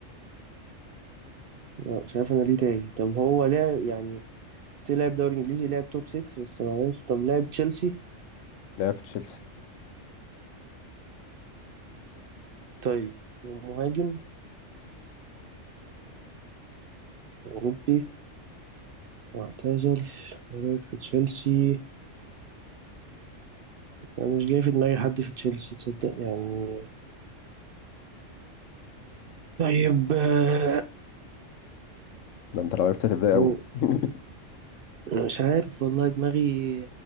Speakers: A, on the right; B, on the left.
A: آه، مش عارف أنا ليه تايه طب هو لعب يعني لعب دوري إنجليزي لعب توب 6 بس معلش طب لعب تشيلسي
B: لعب في تشيلسي
A: طيب مهاجم أوروبي واعتزل ولعب في تشيلسي أنا مش جاي في دماغي حد في تشيلسي تصدق يعني طيب آه،
B: ده انت لو عرفت هتتضايق قوي
A: أنا
B: <laughs>
A: مش عارف والله دماغي